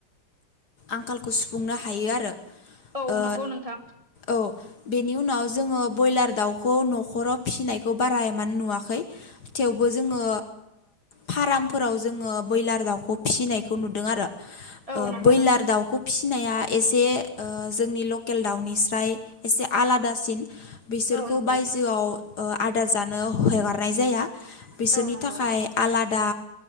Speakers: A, on the left; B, on the right.
A: आंखालखौ सुफुंनो हायो आरो
B: औ
A: ओ
B: नंगौ नोंथां
A: औ बेनि उनाव जोङो ब्रयलार दाउ खौ नख'राव फिनायखौबारा इमान नुवाखै थेवबो जोङो फारामफोराव जोङो बयलार दाउखौ फिनायखौ नुदों आरो
B: औ
A: बयलाल
B: नंगौ नोंथां
A: दाउ दाउखौ फिसिनाया एसे जोंनि लकेल दाउनिस्राय एसे आलादासिन बिसोरखौ
B: औ नंगौ
A: बायजोआव आदार जानो हगारनाय जाया बिसोरनि
B: औ नंगौ
A: थाखाय आलादा